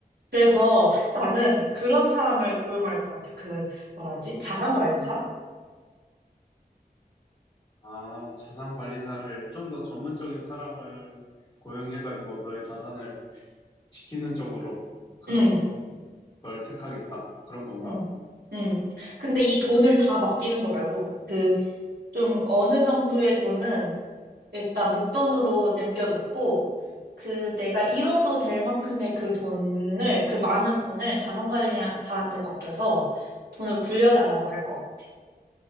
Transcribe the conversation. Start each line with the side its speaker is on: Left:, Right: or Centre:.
Right: 그래서 나는 그런 사람을 고용할 것 같아. 그 뭐라 하지? 자산관리사?
Left: 아, 자산 관리사를 좀 더 전문적인 사람을 고용해가지고 너의 자산을 지키는 쪽으로 그런
Right: 응,
Left: 걸 택하겠다. 그런 건가?
Right: 응, 응. 근데 이 돈을 다 맡기는 거 말고 그 좀 어느 정도의 돈은 일단 목돈으로 남겨놓고 그 내가 잃어도 될 만큼의 그 돈을 그 많은 돈을 자산관리사한테 맡겨서 돈을 굴려달라고 할 것 같아.